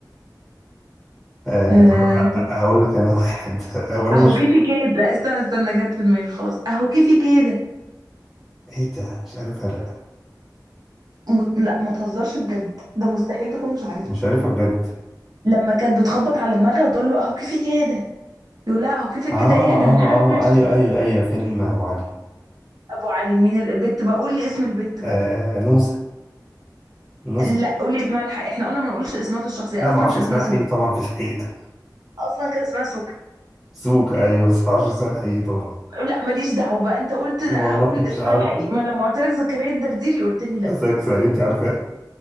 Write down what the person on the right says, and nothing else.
آه
اهو
كيفي كده لا استنى استنى جت في دماغي خلاص اهو كيفي كده
م... لا ما تهزرش بجد ده مستحيل تكون مش عارفها
لما كانت بتخبط على دماغها وتقول له اهو كيفي كده يقول لها اهو كيفك
كده ايه احنا
هنحشش
ابو علي مين ال- البت بقى قول لي اسم البت
بقى
لا قول لي اسمها الحقيقي احنا قلنا ما نقولش اسمها في الشخصيه
اصلا
كان
اسمها
سوكي
اصلا كان اسمها سوكي
لا ماليش دعوه بقى انت قلت اقول
اسمها
الحقيقي ما لما قلت لك زكريا الدرديري قلت لي لا